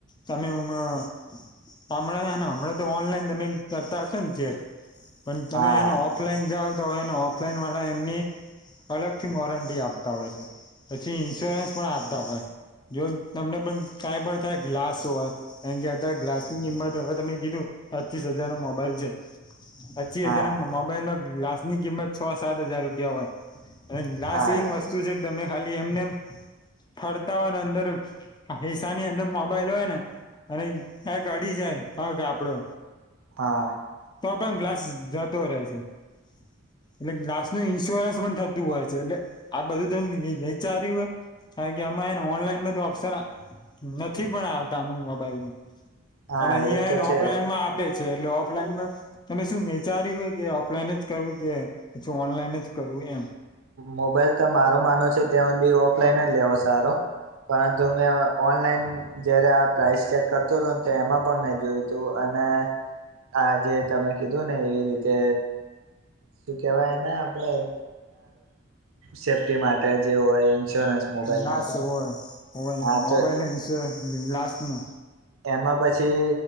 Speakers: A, on the left; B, on the right.
A: તમે હમાં હમણાં હમણાં તો ઓનલાઈન તમે કરતા હશો ને ચેક પણ તમે
B: હા
A: એને ઓફલાઈન જાઓ હોયને ઓફલાઈન વાળા એમની અલગથી વોરંટી આપતા હોય છે પછી ઇન્સ્યોરન્સ પણ આપતા હોય જો તમને પણ કાઈ પણ થે ગ્લાસ હોય એમ કે અ્યારે ગ્લાસ ની કિંમત હવે તમે કીધું પચીસ હજાર નો મોબાઈલ છે પછી
B: હા
A: હજાનો મોબાઈલ માં લાસ ની કિંમત છો સાત હજાર રૂપિયા હોય અને ગ્લાસ
B: હા
A: એમ
B: એ
A: વસ્તુ
B: તો
A: છે તમે ખાલી એમને એમ ફરતા હોય અંદર હિસાની અંદર મોબાઈલ હોય ને અને ગડી જાય આપડો
B: હા
A: તો પણ ગ્લાસ જતો રહે છે એટલે ગ્લાસ ની ઈન્સ્યોરન્સ પણ થતું હોય છે એટલે આ બધું તમે વિચાર્યું હોય કારણ કે આમાં એને ઓનલાઈનમાં તો ઓપ્શન નથી પણ આવતામ અમુક વાર મોબલમાં
B: હા
A: અને અહિયાં
B: એ તો
A: એને
B: છે
A: ઓફલાઈનમાં આપે એટલે ઓફલાઈન તમે શું વિચાર્યું હોય કે ઓફલાઈન જ કરવું કે પછી ઓનલાઈન જ કરવું એમ
B: મોબાઈલ તો મારો માનો છે ત્યા બી ઓફલાઈન જ લેવો સારો પરંતુ મેં ઓનલાઈન જયારે આ પ્રઇસ ચેક કરતો હતો ને એમાં પણ મેં જોયું તું અને આ જે તમે કીધું ને એવી રીતે શું કેહેવાયને આપણે સેફ્ટી માટે જે હોય ઇન્સ્યોરન્સ મોબાઈલ
A: લસ
B: નું
A: હોય હોય
B: હા
A: મોબાઈલ
B: તો
A: લાસ નું
B: એમાં પછી